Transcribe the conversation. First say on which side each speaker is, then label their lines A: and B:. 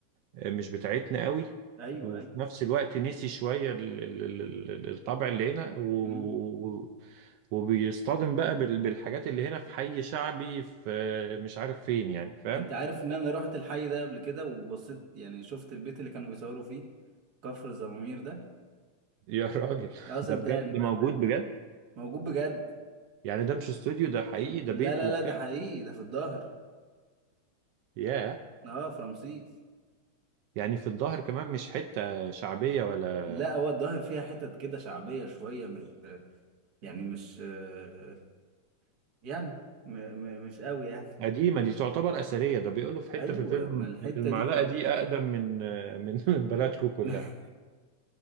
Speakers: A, on the right; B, on the right.
A: مش بتاعتنا قوي
B: ايوه
A: وفي
B: ايوه
A: نفس الوقت نسي شوية ال- ال- ال- ال- الطبع اللي هنا و-
B: امم
A: و- وبيصطدم بقى بال- بالحاجات اللي هنا في حي شعبي في آه، مش عارف فين يعني فاهم
B: انت عارف ان انا رحت الحي ده قبل كده وبصيت يعني شفت البيت اللي كانوا بيصوروا فيه كفر الزمامير ده
A: يا راجل
B: لا
A: <laughs>
B: صدقني
A: ده بجد ده
B: بقى
A: موجود بجد
B: موجود بجد
A: يعني ده مش استوديو ده حقيقي ده
B: لا
A: بيت
B: لا
A: وبتاع
B: لا ده حقيقي ده في الظاهر
A: ياه
B: اه في رمسيس
A: يعني في الظاهر كمان مش حتة شعبية ولا
B: لا هو الظاهر فيها حتت كده شعبية شوية مش يعني مش آه، يعني م م مش قوي يعني
A: قديمة دي تعتبر أثرية ده بيقولوا في حتة
B: ايوه
A: في الفيلم
B: ما الحتة
A: المعلقة
B: دي كلها
A: دي أقدم من من <laughs> من بلدكم كلها
B: <laughs>